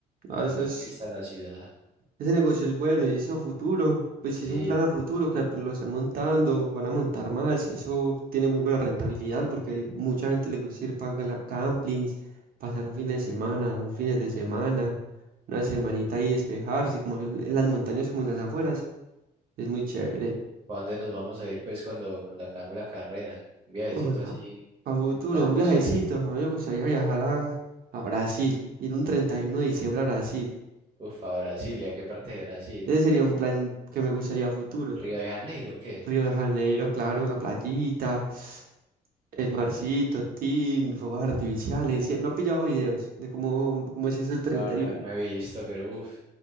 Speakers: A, on the right; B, on the right.
A: Ah,
B: con
A: eso
B: una
A: es,
B: vista a la ciudad.
A: ese negocio es bueno y eso a futuro, pues
B: Sí,
A: si es un plan a futuro que apenas lo están montando, van a montar más. Eso tiene muy buena rentabilidad porque mucha gente le gusta ir para gala- campings, pasar un fin de semana, dos fines de semana, una semanita ahí despejarse, como en en las montañas, como en las afueras. Es muy chévere.
B: ¿para dónde nos vamos a ir pues cuando, cuando acabemos la carrera? Un viajecito
A: Uy,
B: así,
A: a, a futuro,
B: un plan
A: un viajecito.
B: chill.
A: A mí me gustaría viajar a, a Brasil, ir un 31 de diciembre a Brasil.
B: Uf, a Brasilia, ¿qué parte de Brasil?
A: Ese sería un plan que me gustaría a futuro.
B: ¿Río de Janeiro o qué?
A: Río de Janeiro, claro, la playita, el marcito, tin, fuegos artificiales. y- No he pillado videos de cómo, cómo es eso el treinta
B: No, no,
A: y uno
B: no he visto, pero uff,